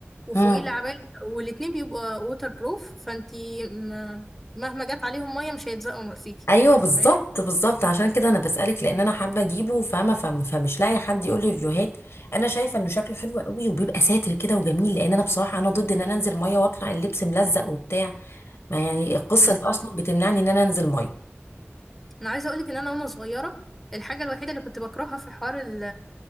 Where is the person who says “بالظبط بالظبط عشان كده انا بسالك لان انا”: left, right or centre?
Left